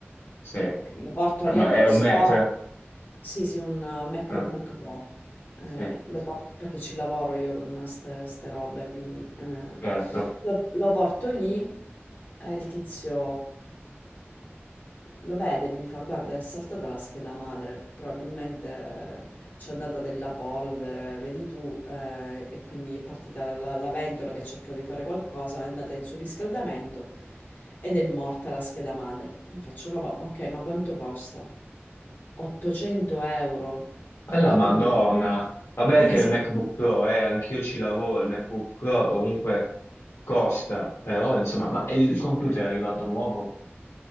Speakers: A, on the left; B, on the left.
A: Sì,
B: Quindi lo porto all'Apple
A: ma è un
B: Store,
A: Mac?
B: sì, sì, un eh, MacBook
A: Ah,
B: Pro. Eh,
A: sì,
B: lo porto perché ci lavoro io con ste, ste robe, quindi eh,
A: certo.
B: lo, lo porto lì e il tizio lo vede e mi fa: Guarda, è saltata la scheda madre, probabilmente c'è andata della polvere, vedi tu, ehm, e quindi è partita la la ventola che ha cercato di fare qualcosa, è andata in surriscaldamento ed è morta la scheda madre. Gli faccio, vabbè, ok, ma quanto costa? 800 euro.
A: Alla
B: E
A: Madonna.
B: quindi,
A: Vabbè
B: <laughs> Mm.
A: che
B: esatto.
A: il MacBook Pro, eh, anch'io ci lavoro, il MacBook Pro comunque costa, però insomma, ma il computer è arrivato nuovo?